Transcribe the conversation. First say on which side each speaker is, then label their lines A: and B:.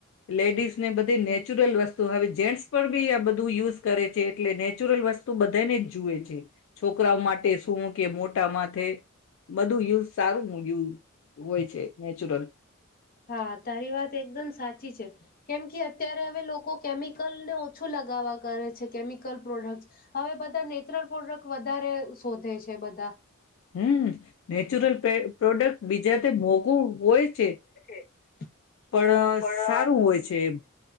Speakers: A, on the left; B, on the left.
A: લેડીઝને બધી નેચુરલ વસ્તુ હવે જેન્ટ્સ પણ બી આ બધું યુઝ કરે છે એટલે નેચુરલ વસ્તુ બધાને જ જુએ છે છોકરાઓ માટે શું કે મો ટમાંથે બધું યુઝ સારું હ ઘીન ધ હોય છે નેચરલ
B: હા તારી વાત એકદમ સાચી છે કેમ કે અ્યારે હવે લોકો કેમિકલને ઓછું લગાવવા કરે છે કેમિકલ પ્રોડક્ટ હવે બધા નેચરલ પ્રોડક્ટ વધારે શોધે છે બધા
A: હમ નેચરલ પ્રોડક્ટ બીજા તે મોંઘું હોય છે
B: ારય
A: પણ સારું હોય છે એમ